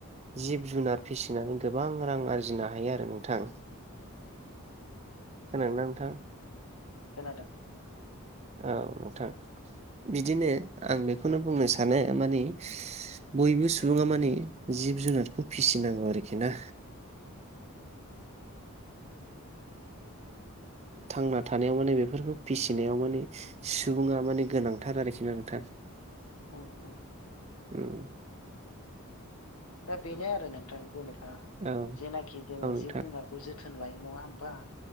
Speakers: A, on the right; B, on the left.
A: जिब जुनार फिसिनानै गोबां रां आरजिनो हायो आरो नोंथां। खोनादोंना नोंथां?
B: खोनादों।
A: औ नोंथां बिदिनो आं बेखौनो बुंनो सानो माने बयबो सुबुङा माने जिब जुनारखौ फिसिनांगौ आरोखि ना। थांना थानायाव माने बेफोरखौ फिसिनायाव माने सुबुङा माने गोनांथार आरोखिना नोंथां।
B: औ औ।
A: ओम।
B: दा बेनो आरो नोंथां जेनेबा
A: औ
B: जेनाखि जोङो
A: नोंथां
B: जिब जुनारखौ जोथोन लायो। नङा होनबा